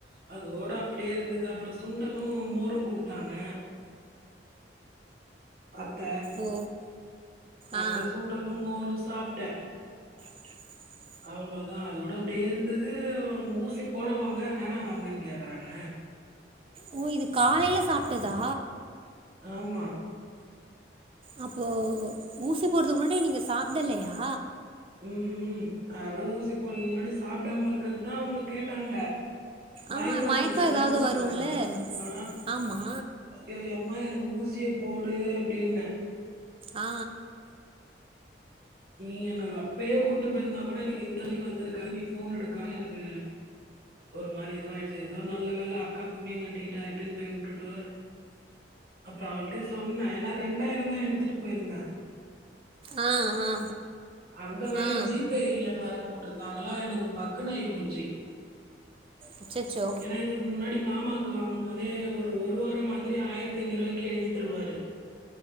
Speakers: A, on the right; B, on the right.
A: அதோட அப்டியே இருந்தது அப்றோ சுண்டலு மோரு குடுத்தாங்க அத்த
B: ஓ
A: அப்றோ
B: ஆ
A: சுண்டலு மோரு சாப்ட்ட
B: <inaudible>
A: அவ்ளோதா அத விட அப்டியே இருந்தது ஊசி போடவாங்க வேணாவாங்கன்னு கேக்கறாங்க
B: ஓ இது காலைல சாப்ட்டதா
A: ஆமா
B: அப்போ ஊசி போடறதுக்கு முன்னாடி நீங்க சாப்டலயா
A: ம் ம் அதுகப்றோ ஊசி போறக்கு முன்னாடி சாப்டாம இருக்கறது தா அவுங்க கேட்டாங்க மயக்கோ
B: ஆமா மயக்கம்
A: வந்துரு
B: ஏதாவது
A: ஊசி
B: வரும்ல
A: போடா ஆ
B: ஆமா
A: ஏயோ யம்மா எனக்கு ஊசிய போடு அப்டின்ன
B: ஆ
A: நீ என்ன அப்யே கூட்டு போயிருந்தா கூட எனக்கு இந்தலி வந்திருக்காது நீ ஃபோன் எடுக்கா எனக்கு ஒரு மாறி இதுவாயிடிச்சு ஏதோ நல்ல வேல அக்கா புண்ணியோ கட்டிக்கிட்டா இட்டுன்னு போயி உட்டுட்டு அப்றோ அவள்ட்டயே சொன்னே ஏனா ரெண்டாயிரோ தா எடுத்துட்டு போயிருந்தே
B: ஆ ஆ
A: அங்க வேற
B: ஆ
A: ஜி பே இல்லன்னு வேற போட்ருந்தாங்களா எனக்கு பக்குன்னு ஆயி போச்சு
B: அச்சச்சோ
A: ஏன்னா இதுக்கு முன்னாடி மாமாக்கு வாங்குன மொதே ஒரு ஒரு வாரோ மாத்தரைய ஆயிரத்தி ஐநூறு ரூவாய்க்கி எழுதி தருவாரு